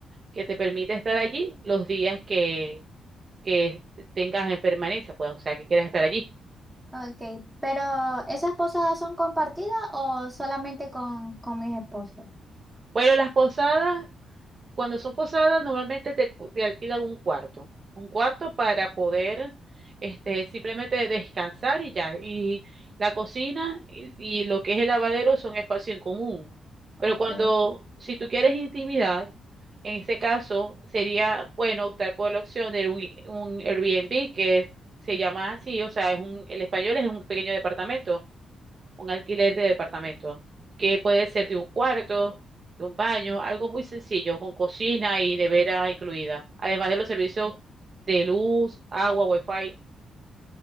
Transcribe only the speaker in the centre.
Ok, pero ¿esas posadas son compartidas o solamente con, con mis esposos?
Ok.